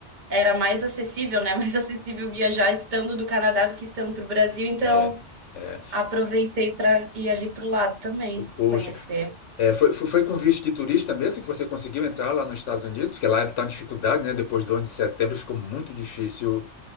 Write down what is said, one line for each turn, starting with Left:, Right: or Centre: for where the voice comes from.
Right: era mais acessível, né? <laughs> Mais acessível viajar estando do Canadá do que estando para o Brasil. Então,
Left: É, é.
Right: aproveitei para ir ali pro lado também,
Left: Po- Poxa.
Right: conhecer.
Left: É, foi, foi, foi com visto de turista mesmo que você conseguiu entrar lá nos Estados Unidos? Porque lá está em dificuldade, né? Depois do onze de setembro ficou muito difícil.